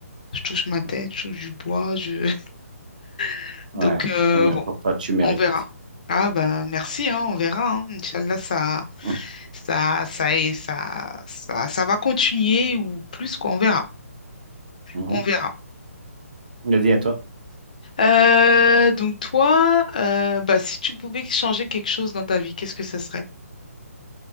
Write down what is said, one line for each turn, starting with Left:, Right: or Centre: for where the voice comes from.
Left: Je touche ma tête,
Right: Mhm.
Left: je touche du bois. Je... <laughs>
Right: Ouais,
Left: Donc, euh,
Right: Non, mais
Left: bon,
Right: pour toi, tu mérites.
Left: on verra. Ah bah merci, hein, on verra. Hein. Inch'Allah, ça,
Right: Mhm.
Left: ça, ça, est- ça, ça, ça va continuer ou plus, quoi, on verra.
Right: Mhm.
Left: On verra.
Right: Vas-y, à toi.
Left: Euh, donc toi, euh, bah, si tu pouvais changer quelque chose dans ta vie, qu'est-ce que ce serait?